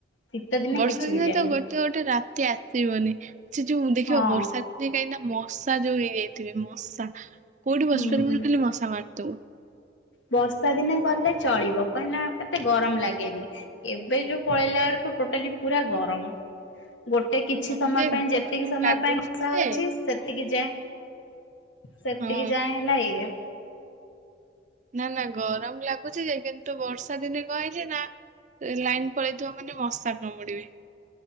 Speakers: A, on the left; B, on the right.
A: ଶୀତ
B: ବର୍ଷା
A: କିଛି
B: ଦିନେ
A: ବି ଯାଏନି
B: ତ ଗୋଟେ ଗୋଟେ ରାତି ଆସିବନି। ସେ ଯୋଉ ଦେଖିବ
A: ହଁ
B: ବର୍ଷା ଦିନେ କାହିଁକି ନା ମ ବର୍ଷା ଯୋଉ ହେଇଯାଇଥିବେ ମୁଁ କୋଉଠି
A: ହୁଁ
B: ବସିପାରିବୁନୁ
A: ହୁଁ।
B: ଖାଲି ମଶା ମାରଥିବୁ।
A: ବର୍ଷା ଦିନେ ଗଲେ ଚଳିବ। କାହିଁକି ନା ଏତେ ଗରମ ଲାଗେନି। ଏବେ ଯୋଉ ପଳେଇଲା ବେଳକୁ ଟୋଟାଲି ପୁରା ଗରମ। ଗୋଟେ କିଛି
B: ହଁ
A: ସମୟ
B: ଯେ
A: ପାଇଁ
B: ଗରମ
A: ଯେତିକି ସମୟ
B: ଲାଗୁଛି
A: ପାଇଁ ବର୍ଷା
B: ଯେ
A: ହଉଛି ସେତିକି ଯାଏଁ ସେତିକି
B: ହଁ
A: ଯାଏଁ ହେଲା ଇଏ
B: ନା ନା ଗରମ ଲାଗୁଛି ଯେ କିନ୍ତୁ ବର୍ଷା ଦିନେ କହିଇଛି ନା ଲାଇନ ପଳେଇଥିବା ମାନେ ମଶା କାମଡିବେ।